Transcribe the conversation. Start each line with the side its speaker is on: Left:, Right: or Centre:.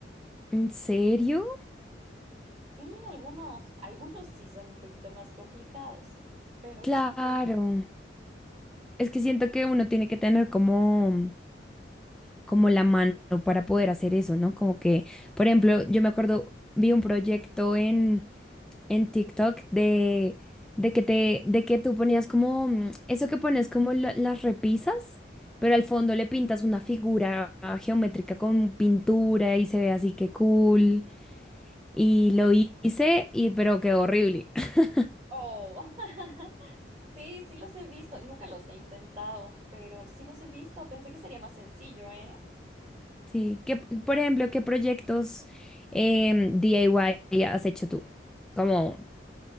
Centre: ¿En serio?
Right: Sí, algunos, <laughs> algunos sí son un poquito más complicados. Pero
Centre: Claro. Es que siento que uno tiene que tener como, como la mano para poder hacer eso, ¿no? Como que, por ejemplo, yo me acuerdo, vi un proyecto en en TikTok de, de que te, de que tú ponías como, mm, eso que pones como la- las repisas, pero al fondo le pintas una figura geométrica con pintura y se ve así que cool. Y lo hice y pero quedó horrible. <laughs>
Right: Oh, <laughs> sí, sí los he visto. Nunca los he intentado, pero sí los he visto. Pensé que sería más sencillo, ¿eh?
Centre: Sí, que, por ejemplo, ¿qué proyectos em, DIY has hecho tú? Como,